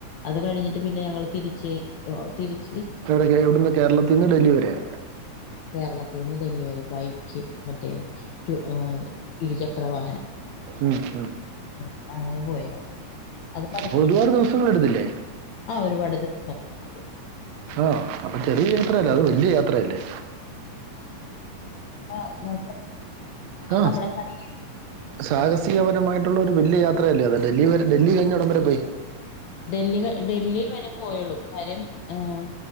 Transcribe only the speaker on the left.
അത് കഴിഞ്ഞിട്ട് പിന്നെ ഞങ്ങള് തിരിച്ച് തിരിച്ച്
കേരളത്തീന്ന് ഡൽഹി വരെ ബൈക്ക് മറ്റേ ടു ഏഹ് ഇരുചക്ര വാഹനം
ഉം അങ്ങനെ പോയായിരുന്നു അത് പഠിക്ക
ആഹ് ഒരുപാട് ദിവസങ്ങള് <unintelligible>
<unintelligible> അത്
നമ്മുടെ <unintelligible>
ഡൽഹി ക ഡൽഹി വരെ പോയുള്ളൂ കാര്യം ആഹ്